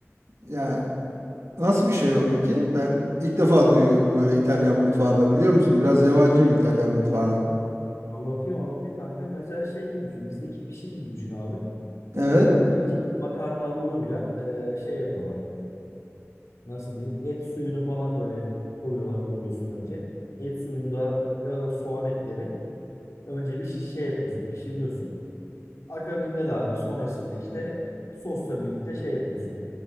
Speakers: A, on the right (about 65°); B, on the left (about 75°).
A: Yani nasıl bir şey o peki? Ben ilk defa duyuyorum böyle İtalyan mutfağında biliyor musun? Biraz yabancıyım İtalyan mutfağına.
B: Anlatayım anlatayım kanka. Mesela şey gibi düşün. Bizdeki pişi gibi düşün abi.
A: Evet.
B: Böyle ince bir makarna hamuruyla e, şey yapıyorlar. Nasıl diyeyim? Et suyunu falan böyle koyuyorlar, koyuyorsun önce. Et suyunu da biraz da soğan ekleyerek önce bir şiş şey yapıyorsun, pişiriyorsun. Akabinde de abi sonrasında işte sosla birlikte şey yapıyorsun.